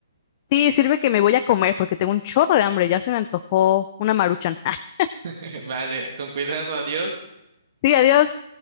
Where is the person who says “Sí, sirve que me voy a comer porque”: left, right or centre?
Left